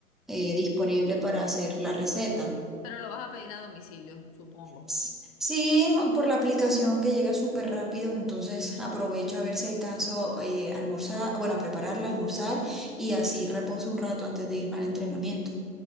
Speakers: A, in the centre; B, on the left (about 25°).
A: eh, disponible para hacer la receta.
B: Pero lo vas a pedir a domicilio, supongo.
A: S- Sí, por la aplicación que llega súper rápido, entonces aprovecho a ver si alcanzo eh, a almorzar, bueno, a prepararla, almorzar y así reposo un rato antes de irme al entrenamiento.